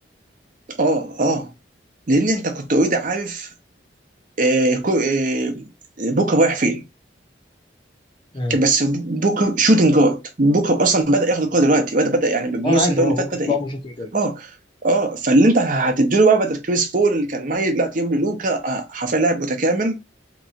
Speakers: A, on the right; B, on the left.
A: اه اه لان انت كنت اوريدي عارف آه، كو- آه، بوكا رايح فين
B: اه
A: كان بس بوكا شوتنج جارد بوكا اصلا بدا ياخد الكوره دلوقتي بدا بدا يعني بالموسم
B: آه، انا عارف
A: ده
B: اه
A: اللي
B: بكره
A: فات بدا
B: طول
A: يب...
B: عمره شوتنج جارد
A: اه اه فاللي انت هتديله بقى بدل كريس بول اللي كان ميت لا تجيب له لوكا آه، حرفيا لاعب متكامل